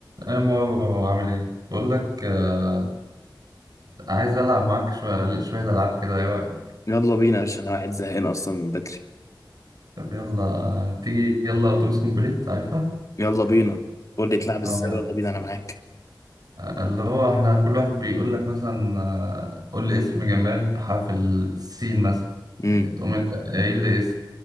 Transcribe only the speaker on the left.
يلا بينا يا باشا انا واحد زهقان اصلا من بدري
يلا بينا قول لي تلعب ازاي
يلا بينا انا معاك
امم